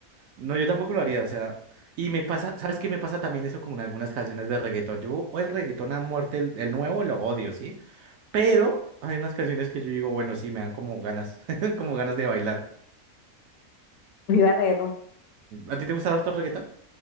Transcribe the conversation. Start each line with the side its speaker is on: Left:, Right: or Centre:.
Right: No, yo tampoco lo haría, o sea, y me pasa, ¿sabes qué me pasa también eso con algunas canciones de reggaetón? Yo o el reggaetón a muerte, el, el nuevo lo odio, ¿sí? Pero hay unas canciones que yo digo, bueno, sí, me dan como ganas, <laughs> como ganas de bailar.
Left: <laughs> viva reggaetón,
Right: ¿A ti te gusta harto el reggaetón?